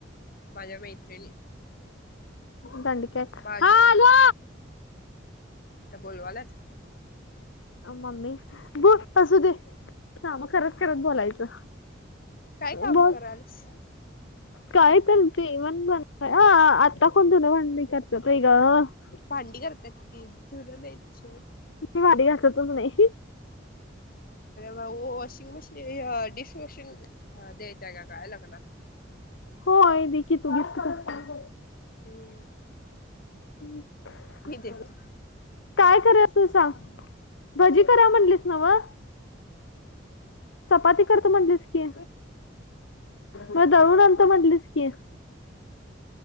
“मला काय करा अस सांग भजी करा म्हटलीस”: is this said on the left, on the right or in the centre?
Left